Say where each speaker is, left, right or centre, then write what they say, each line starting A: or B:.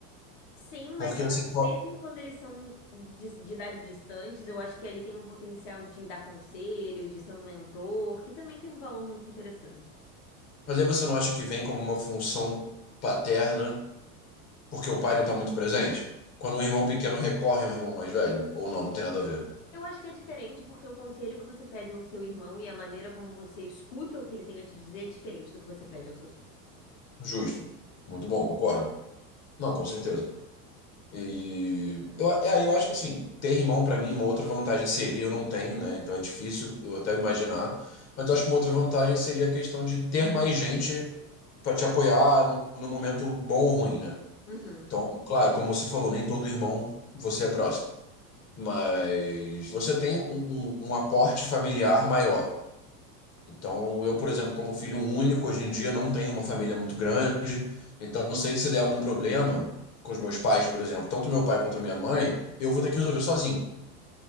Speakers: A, on the left; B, on the left.
A: Sim, mas
B: Porque
A: eu
B: assim,
A: acho
B: qual-
A: que mesmo quando eles são de, de idade distantes, eu acho que ali tem um potencial de dar conselho, de ser um mentor, que também tem um valor muito interessante.
B: mas aí você não acha que vem como uma função paterna porque o pai não está muito presente? Quando um irmão pequeno recorre ao irmão mais velho? Ou não, não tem nada a ver.
A: Eu acho que é diferente porque o conselho que você pede ao seu irmão e a maneira como você escuta o que ele tem a te dizer é diferente do que você pede aos seus pais.
B: Justo. Muito bom, concordo. Não, com certeza. E eu, é, eu acho que assim, ter irmão para mim, é uma outra vantagem seria, eu não tenho, né? Então é difícil eu até imaginar. Mas eu acho que uma outra vantagem seria a questão de ter mais gente para te apoiar no, no momento bom ou ruim, né?
A: Uhum.
B: Então, claro, como você falou, nem todo irmão você é próximo, mas você tem um, um, um aporte familiar maior. Então, eu, por exemplo, como filho único, hoje em dia não tenho uma família muito grande, então eu sei que se der algum problema com os meus pais, por exemplo, tanto meu pai quanto minha mãe, eu vou ter que resolver sozinho.